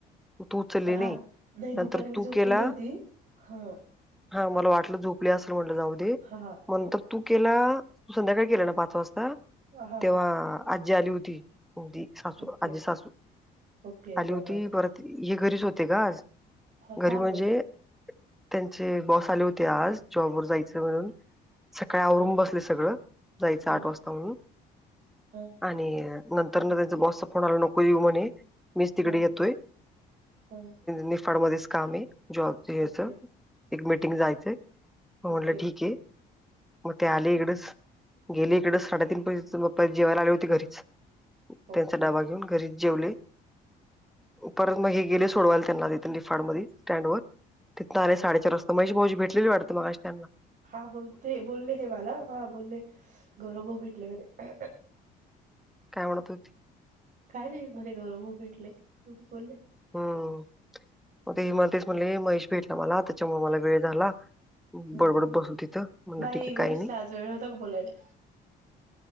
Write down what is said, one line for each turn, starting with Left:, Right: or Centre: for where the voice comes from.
Centre: म तू उचलली
Right: हा
Centre: नाही
Right: नाही
Centre: नंतर
Right: दुपारी मी
Centre: तू
Right: झोपलेली
Centre: केला
Right: होती हा
Centre: हा, मला वाटलं झोपली असेल म्हणलं जाऊदे
Right: हा
Centre: म नंतर तू केला संध्याकाळी केला ना पाच वाजता
Right: हा
Centre: तेव्हा आजी आली होती. ती सासू
Right: ओके
Centre: आजी सासू
Right: ओके
Centre: आली
Right: हा
Centre: होती
Right: हा ह
Centre: परत हे घरीच होते का आज
Right: हा
Centre: घरी
Right: का
Centre: म्हणजे
Right: ग
Centre: त्यांचे बॉस आले होते आज जॉबवर जाय सगळ सकाळी आवरून
Right: ओके
Centre: बसले सगळ जायच
Right: हा
Centre: आठ वाजता म्हणून
Right: हा
Centre: आणि नंतर ना त्यांचा बॉसचा फोन आला नको येऊ म्हणे मीच तिकडे
Right: हा
Centre: येतोय
Right: हा
Centre: निफाड मध्येच कामय जॉबच हेच
Right: ओके
Centre: एक मीटिंग जायचंय मग
Right: ओके
Centre: म्हटलं ठीक आहे मग ते आले इकडच गेले इकडच साडेतीन
Right: ओके
Centre: पर्यंत <unintelligible> जेवायला आले होते घरीच त्यांचा
Right: ओके
Centre: डाबा घेऊन घरीच जेवले परत मग हे गेले - सोडवायला त्यांना नािफाड मध्ये स्टँड वर तिथंन आले साडेचार
Right: ओके
Centre: वाजता महेश भावजी भेट कलेली वाटतं मगाशी त्यांनला
Right: हा बोलते बोलले हे मला हा बोलले गौरव भऊ भेटले म्हणे
Centre: काय म्हणत होती
Right: काय नही म्हणे गौरव भऊ भेटले एवढंच बोलले
Centre: हम्म मग ते मला तेच म्हणले महेश भेटला मला त्याच्यामुळे मला वेळ झाला
Right: ह
Centre: बडबड
Right: ह
Centre: बसल तिथं म्हणलं
Right: बाई
Centre: ठीके
Right: महेशला
Centre: काही नाही
Right: आज वेळ होता का बोलायला